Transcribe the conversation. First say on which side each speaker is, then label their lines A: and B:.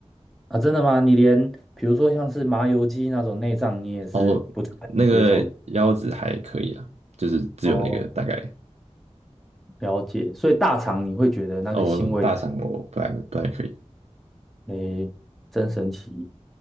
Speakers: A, in the centre; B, on the right.
A: 啊，真的吗？你连比如说像是麻油鸡那种内脏，你也是不太能接受的。
B: 哦，那个腰子还可以啊，就是只有那个大概
A: 哦，了解，所以大肠你会觉得那个腥味太重，
B: 哦，大肠我不太不太可以，因
A: 诶，真神奇